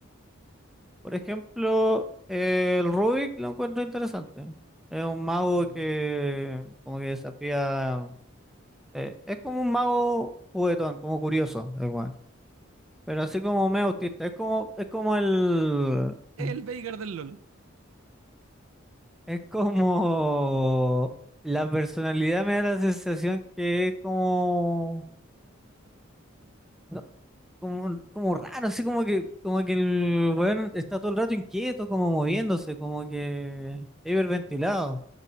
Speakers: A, in the centre; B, on the right (about 80°).
A: Por ejemplo, eh, el Rubik lo encuentro interesante. Es un mago
B: Ya.
A: que como que desafía... eh, es como un mago juguetón, como curioso, igual. Pero así como medio autista, es como, es como el...
B: El
A: <laughs>
B: Veigar del LOL.
A: Es como la personalidad me da la sensación que es como, no, como, como raro, así como que, como que el weón está todo el rato inquieto, como moviéndose, como que hiperventilado,